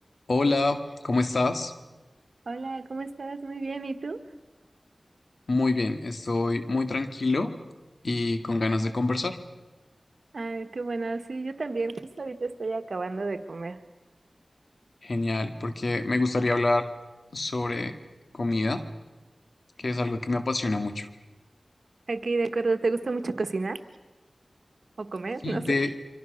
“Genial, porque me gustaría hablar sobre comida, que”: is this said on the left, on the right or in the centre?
Left